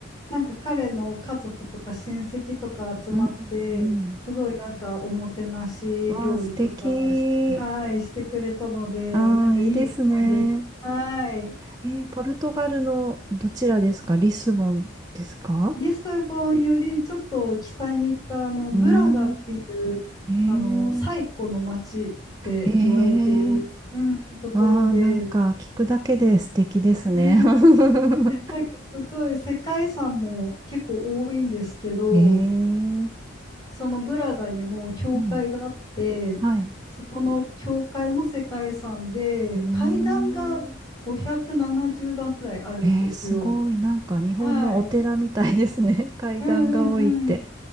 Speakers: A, on the left; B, on the right.
A: なんか彼の家族とか親戚とか集まって、
B: うん、う
A: すごいなんかおもてなし料理とかして、
B: ん。わあ、素敵。
A: はい、してくれたので、
B: ああ、
A: なんかいい思い出に。
B: いいですね。
A: はい。
B: えー、ポルトガルのどちらですかリスボンですか
A: リスボンよりちょっと北に行ったあのブラガっていうあの最古の町って言われてるうん。
B: うーん。えー、えー、
A: ところで
B: わあ、なんか聞くだけで素敵ですね。
A: <laughs>
B: <laughs>
A: なんかすごい世界遺産も結構多いんですけど
B: ええ、
A: そのブラガにも教会があって
B: うん、はい。
A: そこの教会も世界遺産で階段が570段くらいあるんですよ。
B: うーん。ええ、すごい。なんか日本のお寺みたいですね。
A: はい。
B: <laughs> 階段が多いって。
A: うんうん